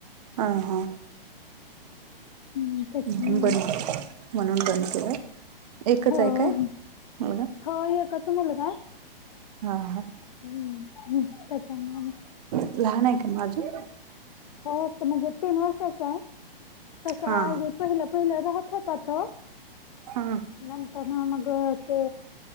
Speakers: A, on the right; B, on the left.
A: हा हा
B: हम्म त्याच्यामुळे
A: म्हणून बंद
B: मग
A: केलं म्हणून बंद केलं एकच
B: हो
A: आहे काय मुलगा
B: हो एकच मुलगा
A: हा हा
B: हम तेच्यामुळे
A: लहान आहे का मग अजून
B: हो आता म्हणजे तीन वर्षच आहे तसं
A: हा
B: आधी पहिलं पहिलं राहत होता तो
A: हा
B: नंतर न मग ते